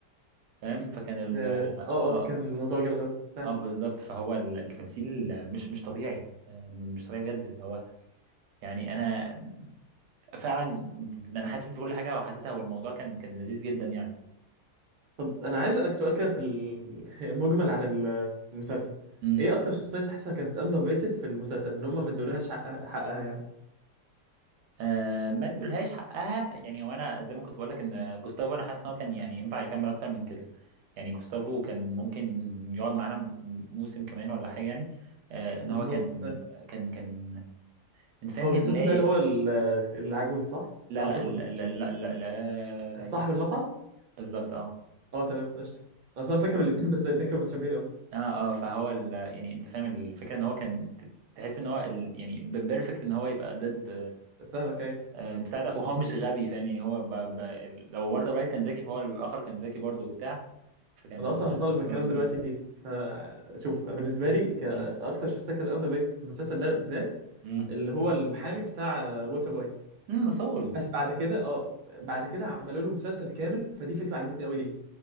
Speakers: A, on the right; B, on the right.
A: فاهم فكان ال
B: اه اه
A: اه
B: آه، كان الموضوع جامد قوي فاهم
A: اه بالظبط فهو ال- التمثيل مش مش طبيعي آه، مش طبيعي بجد اللي هو يعني انا فعلا انا حاسس بكل حاجه وحاسسها والموضوع كان كان لذيذ جدا يعني
B: طب انا عايز اسالك سؤال كده في ال- <laughs> المجمل عن ال- المسلسل
A: امم
B: ايه اكتر شخصيه انت حاسسها كانت اندر ريتد في المسلسل ان هم ما ادولهاش حقها حقها يعني
A: آه ما ادولهاش حقها يعني وانا زي ما كنت بقول لك ان جوستافو انا حاسس ان هو كان يعني ينفع يكمل اكتر من كده يعني جوستافو كان ممكن يقعد معانا م- موسم كمان ولا حاجه يعني آه ان
B: بالظبط
A: هو كان كان كان انت فاهم
B: هو
A: كان
B: جزافة
A: لايق
B: ده اللي هو ال- العجوز صح؟
A: لا
B: اعتقد
A: لا لا لا لا, لا, لا, لا, لا, لا, لا,
B: صاحب
A: لا, لا,
B: المطعم؟
A: لا بالظبط اه
B: اه تمام قشطة اصل انا فاكر الاتنين بس الاتنين كانوا متشابهين قوي
A: اه اه فهو ال... يعني انت فاهم الفكره ان هو كان ت- تحس ان هو ال... يعني بيرفكت ان هو يبقى ضد
B: فاهمك ايه
A: آه، بتاع ده وهو مش غبي فاهم يعني هو ب... ب... ال- لو والتر وايت كان ذكي فهو الاخر كان ذكي برضه وبتاع فكان
B: انا اصلا هوصلك بالكلام
A: آه،
B: دلوقتي ليه فشوف انا بالنسبه لي كاكتر
A: مم.
B: شخصيه كانت اندر ريتد في المسلسل ده بالذات
A: مم.
B: اللي هو المحامي بتاع آه، والتر وايت
A: امم سول
B: بس بعد كده اه بعد كده عملوا له مسلسل كامل فدي فكره عجبتني قوي ليه